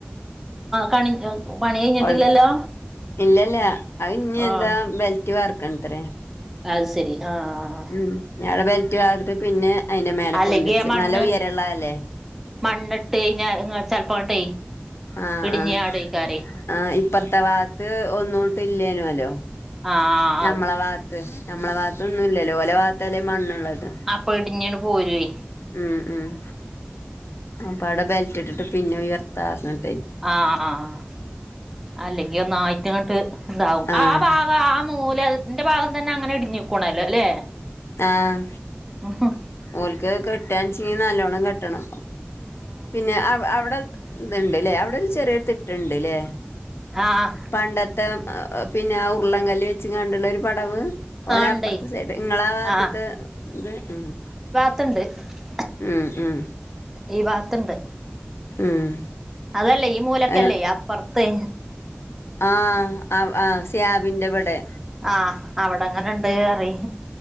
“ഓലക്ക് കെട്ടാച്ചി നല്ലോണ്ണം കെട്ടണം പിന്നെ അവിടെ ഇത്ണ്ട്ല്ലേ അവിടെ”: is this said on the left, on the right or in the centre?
Left